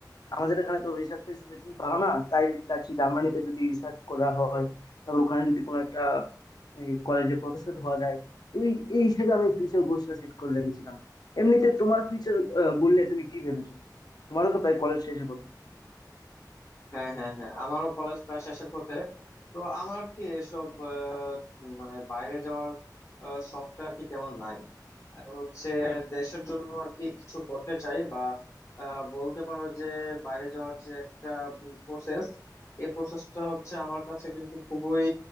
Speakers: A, on the left; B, on the left.
A: আমাদের এখানে তো রিসার্চ ফেসিলিটি ভালো না তাই চাচ্ছি জার্মানিতে যদি রিসার্চ করা হয় তারপর ওখানে যদি কোনো একটা কলেজে প্রফেসর হওয়া যায় তুই এই হিসেবে আমি ফিউচার গোলসটা সেট করে রেখেছিলাম এমনিতে তোমার ফিউচার গোল নিয়ে তুমি কি ভেবেছো তোমারও তো প্রায় কলেজ শেষের কথা
B: হ্যাঁ হ্যাঁ হ্যাঁ আমারও কলেজ প্রায় শেষের পথে তো আমার কি এসব আহ, মানে বাইরে যাওয়ার আহ, শখটা আর কি তেমন নাই আর হচ্ছে দেশের জন্য আর কি কিছু করতে চাই বা আহ, বলতে পারো যে বাইরে যাওয়ার যে একটা প্রসেস এই প্রসেসটা হচ্ছে আমার কাছে কিন্তু খুবই